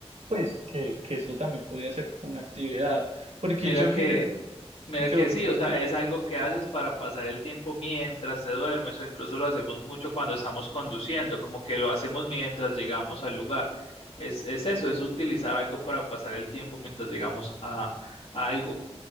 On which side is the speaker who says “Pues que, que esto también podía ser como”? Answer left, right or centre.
Right